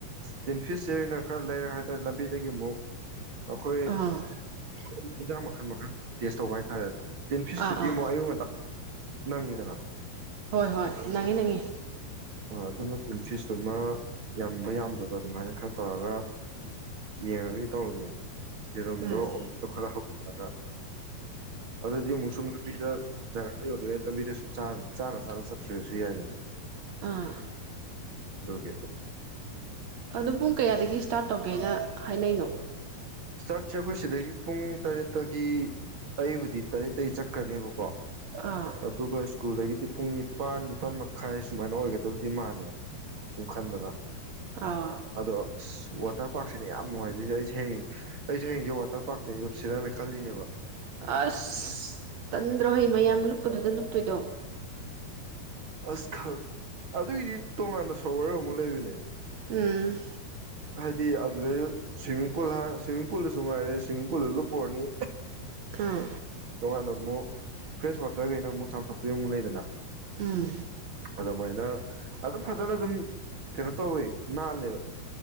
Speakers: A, on the right; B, on the right.
A: ꯇꯤꯟ ꯐꯤꯁꯁꯦ ꯑꯩꯅ ꯈꯔ ꯂꯩꯔꯦ ꯍꯥꯏꯇꯥꯔꯦ ꯂꯝꯕꯤꯗꯒꯤ ꯑꯃꯨꯛ ꯑꯩꯈꯣꯏ
B: ꯑꯥ
A: <unintelligible> ꯃꯈꯜ ꯃꯈꯜ ꯇꯦꯁ ꯇꯧꯕ ꯍꯥꯏ <unintelligible> ꯇꯤꯟ ꯐꯤꯁꯇꯨꯗꯤ
B: ꯑꯥ ꯑꯥ
A: ꯑꯃꯨꯛ ꯑꯌꯨꯛ ꯉꯟꯇ ꯅꯪꯅꯤꯗꯅ꯫
B: ꯍꯣꯏ ꯍꯣꯏ ꯅꯪꯉꯦ ꯅꯪꯉꯦ
A: ꯑ ꯑꯗꯨꯅ ꯇꯤꯟꯁꯤꯁ ꯊꯨꯃ ꯌꯥꯝꯕ ꯌꯥꯝꯗꯕ ꯑꯗꯨꯃꯥꯏꯅ ꯈꯔ ꯇꯧꯔꯒ ꯌꯦꯡꯉꯒ ꯇꯧꯕꯔꯅꯦ ꯆꯔꯟꯗ꯭ꯔ
B: ꯎꯝ
A: ꯑꯛꯇ ꯈ ꯑ ꯑꯗꯨꯗꯤ ꯃꯨꯛꯁꯨꯝ ꯂꯝꯝꯕꯤꯗ ꯖꯒꯥꯗ ꯑꯣꯏꯔ ꯇꯕꯤꯔ ꯁꯨꯝ ꯆꯥꯅ ꯆꯥꯅ ꯆꯠꯈꯤꯕꯁꯨ ꯌꯥꯏꯗꯅ
B: ꯑꯥ
A: ꯗꯣꯛꯒꯦ
B: ꯑꯗꯣ ꯄꯨꯡ ꯀꯌꯥꯗꯒꯤ ꯏꯁꯇꯥꯔꯠ ꯇꯧꯒꯦꯅ ꯍꯥꯏꯅꯩꯅꯣ
A: ꯏꯁꯇꯥꯔꯠꯁꯦ ꯑꯩꯈꯣꯏ ꯁꯤꯗꯒꯤ ꯄꯨꯡ ꯇꯔꯦꯠꯇꯒꯤ ꯑꯩꯕꯨꯗꯤ ꯇꯔꯦꯠꯇꯒꯤ ꯆꯠꯈ꯭ꯔꯅꯦꯕꯀꯣ ꯀꯣ
B: ꯑꯥ
A: ꯑꯗꯨꯗꯨ ꯀ ꯁ꯭ꯀꯨꯜꯗꯒꯤꯗꯤ ꯄꯨꯡ ꯅꯤꯄꯥꯟ ꯅꯤꯄꯥꯜ ꯃꯈꯥꯏ ꯁꯨꯃꯥꯏꯅ ꯑꯣꯏꯒꯗꯕꯗꯤ ꯃꯥꯜꯂꯦ ꯁꯨꯝ ꯈꯟꯕꯗ
B: ꯑꯥ
A: ꯑꯗꯣ ꯋꯥꯇꯔ ꯄꯥꯔꯛꯁꯤꯅ ꯌꯥꯝ ꯅꯨꯡꯉꯥꯏ꯭ꯣꯏꯁꯦ ꯑꯩ ꯁꯦꯡ ꯑꯩꯁꯨꯦ ꯍꯌꯦꯡꯁꯦ ꯋꯥꯇꯔ ꯄꯥꯔꯛꯇꯒꯤꯔꯨꯞꯁꯤꯔꯅ ꯈꯜꯂꯤꯅꯦꯕ
B: ꯑꯁ ꯇꯟꯗ꯭ꯔꯣ ꯍꯩ ꯃꯌꯥꯝ ꯂꯨꯞꯄꯗꯨꯗ ꯂꯨꯞꯇꯣꯏꯗꯣ
A: ꯑꯁ ꯑꯗꯨꯒꯤꯗꯤ ꯇꯣꯉꯥꯟꯅ ꯁꯣꯋꯔ ꯑꯃꯨꯛ ꯂꯩꯕꯅꯦ
B: ꯎꯝ
A: ꯍꯥꯏꯗꯤ ꯑꯗꯨꯗꯩ ꯁ꯭ꯋꯤꯝꯃꯤꯡ ꯄꯨꯜ ꯍꯥꯏ ꯁ꯭ꯋꯤꯝꯃꯤꯡ ꯄꯨꯜꯗꯁꯨ ꯉꯥꯏꯔꯦ ꯁ꯭ꯋꯤꯝꯃꯤꯡ ꯄꯨꯜꯗ ꯂꯨꯞ ꯄꯔꯅꯤ
B: ꯑꯥ
A: ꯇꯣꯉꯥꯟꯅ ꯑꯃꯨꯛ ꯐ꯭ꯔꯦꯁ ꯋꯥꯇꯔꯈꯩꯅ ꯑꯃꯨꯛ ꯆꯥꯝꯊꯣꯛꯄꯒꯤ ꯑꯃꯨꯛ ꯂꯩꯗꯅ
B: ꯎꯝ
A: ꯑꯗꯨꯃꯥꯏꯅ ꯑꯗꯨꯝ ꯐꯖꯅ ꯑꯗꯨꯝ ꯀꯩꯅꯣ ꯇꯧꯋꯦ ꯅꯥꯜꯂꯦꯕ